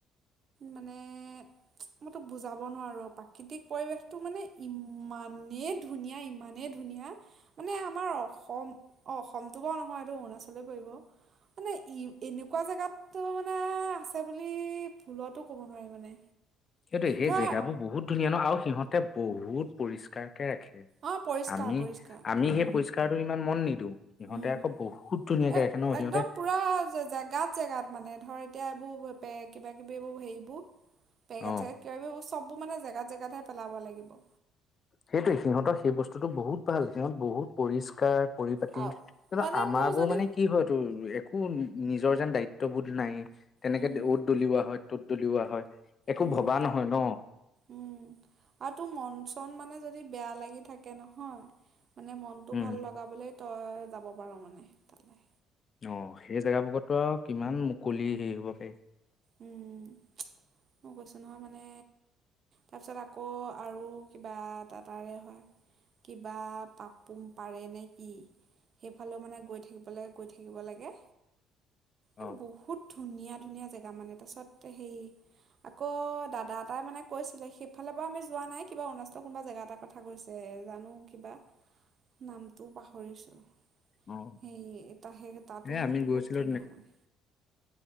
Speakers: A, on the right; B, on the left.
A: মানে চুচ মই তোক বুজাব নোৱাৰো প্ৰাকৃতিক পৰিৱেশটো মানে ইমানেই ধুনীয়া ইমানেই ধুনীয়া মানে আমাৰ অসম অ অসমটো বাৰু নহয় এইটো অৰুণাচলেই পৰিব মানে ই এনেকুৱা জেগাতো মানে আছে বুলি ভুলতো ক'ব নোৱাৰি মানে
B: সেইটোৱে সেই
A: ধৰা
B: জেগাবোৰ বহুত ধুনীয়া ন আৰু সিহঁত তাই বহুত পৰিষ্কাৰকে ৰাখে
A: অঁ পৰিষ্কাৰ
B: আমি
A: পৰিষ্কাৰ
B: আমি
A: উম
B: সেই পৰিষ্কাৰটো ইমান মন নিদিওঁ সিহঁতে
A: উম
B: আকৌ বহুত ধুনীয়াকে
A: এ
B: ৰাখে ন
A: একদম
B: সিহঁতে
A: পুৰা জেগাত জেগাত মানে ধৰে এতিয়া এইবোৰ গ্ৰুপে কিবা কিবি এবোৰ হেৰিবোৰ পেকেট
B: অ
A: চেনেল কিবা কিবাকিবিও চব মানে জেগাত জেগাতহে পেলাব লাগিব
B: সেইটোৱে সিহঁতৰ সেই বস্তুতটো বহুত ভাল সিহত বহুত পৰিষ্কাৰ পৰি পাতি
A: অ
B: কিয়নো
A: মানে
B: আমাৰ
A: তোৰ
B: বোৰ
A: যদি
B: মানে কি হয় তোৰ একো নিজৰ যেন দায়িত্ববোধ নাইয়ে তেনেকে
A: উম
B: দেউদ দলিওৱা হয় তত দলিওৱা হয় একো
A: উম
B: ভবা নহয় ন
A: উম আৰু তোৰ মন চন মানে যদি যদি বেয়া লাগি থাকে নহয় মানে মনটো
B: উম
A: ভাল লগাবলে তয় যাব পাৰো মানে তালে
B: অ সেই জেগাবোৰতক কিমান মুকলি হেৰি হ'ব পাৰি
A: উম চুমই গৈছোঁ নহয় মানে তাৰপিছত আকৌ আৰু কিবা এটা তাৰে হয় কিবা পাপোম পাৰে নে কি সেইফালেও মানে গৈ থাকিব লাগে গৈ থাকিব লাগে এ
B: অ
A: বহুত ধুনীয়া ধুনীয়া জেগা তাৰমানে তাৰওচত হেই আকৌ দাদা এটাই মানে কৈছিলে সেইফালে পৰা আমি যোৱা নাই কিবা অৰুণাচলৰ কোনোবা জেগা এটাৰ কথা কৈছে জানো কিবা নামটোও পাহৰিছো
B: অ
A: সেই তাহে তাতো
B: এ
A: হেনো
B: আমি
A: বহুত
B: গৈছিলো
A: ধুনীয়া মানে